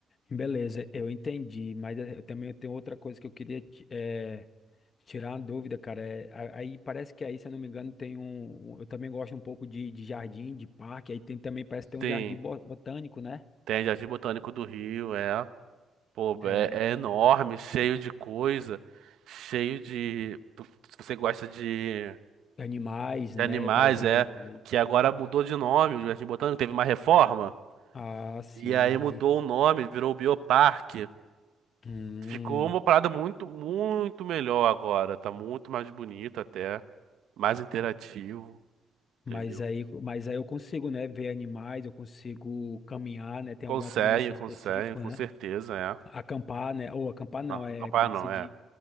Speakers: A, on the left; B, on the right.
A: beleza, eu entendi, mas eh, eu também tenho outra coisa que eu queria ti- eh, tirar uma dúvida, cara. É, a- aí parece que aí, se eu não me engano, tem um. um- Eu também gosto um pouco de, de jardim, de parque, aí tem também, parece que tem
B: tem.
A: um jardim bo- botânico, né?
B: Tem Jardim Botânico do Rio, é. Pô,
A: É,
B: é, é enorme, cheio de coisa, cheio de. tu- Se você gosta de,
A: animais,
B: de
A: né?
B: animais,
A: Paisagens
B: é.
A: ali.
B: Que agora mudou de nome, o Jardim Botânico teve uma reforma.
A: Ah, sim.
B: E aí mudou o nome, virou Bioparque.
A: Hum,
B: Ficou uma parada muito, muito melhor agora. Tá muito mais bonito até. Mais interativo, entendeu?
A: mas aí, mas aí eu consigo, né, ver animais, eu consigo caminhar, né? Tem
B: Consegue,
A: alguma trilha assim
B: consegue,
A: específica,
B: com
A: né?
B: certeza, é.
A: Acampar, né? Ou acampar não,
B: Não,
A: é.
B: capaz
A: Como é
B: não,
A: que se diz?
B: é.